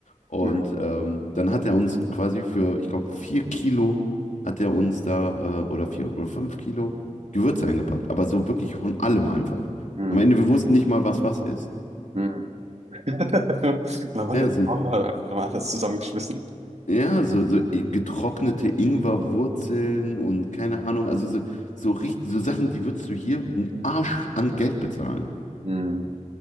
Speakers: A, on the left; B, on the right.
A: Und
B: Hm.
A: ähm, dann hat er uns quasi für, ich glaube, vier Kilo hat er uns da, äh, oder vier oder fünf Kilo Gewürze eingepackt. Aber so wirklich von allem einfach.
B: Hm.
A: Am Ende, wir wussten nicht mal, was was ist.
B: Hm. <laughs> Man hat
A: Ja,
B: jetzt
A: so,
B: einfach mal alles zusammengeschmissen.
A: ja, so, so äh, getrocknete Ingwerwurzeln und keine Ahnung, also so, so, richtig, so Sachen, die würdest du hier einen Arsch an Geld bezahlen.
B: Mhm.